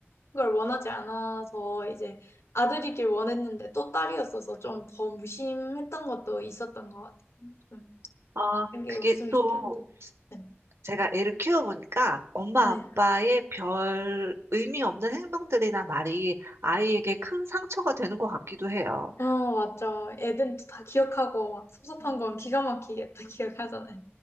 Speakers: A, on the left; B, on the right.
A: 걸 원하지 않아서 이제 아들이길 원했는데 또 딸이었어서 좀 더 무심했던 것도 있었던 것 같아요. 좀
B: 아,
A: 그런 게
B: 그게
A: 없으면
B: 또
A: 좋겠는데. 네.
B: 제가 애를 키워보니까 엄마
A: 네.
B: 아빠의 별 의미 없는 행동들이나 말이 아이에게 큰 상처가 되는 것 같기도 해요.
A: 어, 맞죠. 애들이 또다 기억하고 막 섭섭한
B: 음.
A: 건 기가 막히게 다 <laughs> 기억하잖아요.